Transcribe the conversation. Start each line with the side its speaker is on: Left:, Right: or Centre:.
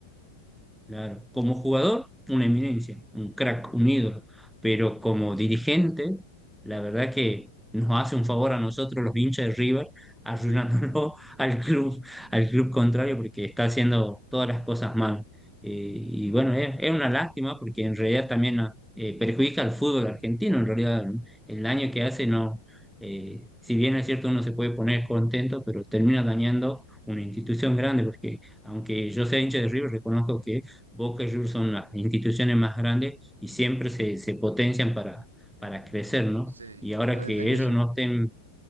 Centre: Claro, como jugador, una eminencia, un crack, un ídolo, pero como dirigente, la verdad que nos hace un favor a nosotros, los hinchas de River, arruinándolo
Right: Sí,
Centre: <laughs> al club, al club contrario, porque está haciendo todas las cosas mal. Eh, y bueno, es, es una lástima porque en realidad también ah, eh, perjudica al fútbol argentino, en realidad ¿no? el daño que hace no, eh, si bien es cierto uno se puede poner contento, pero termina dañando una institución grande, porque aunque yo sea hincha de River, reconozco que Boca y River son las instituciones más grandes y siempre se, se potencian para, para crecer, ¿no?
Right: sí,
Centre: Y ahora
Right: parece
Centre: que
Right: que
Centre: ellos
Right: sí.
Centre: no estén,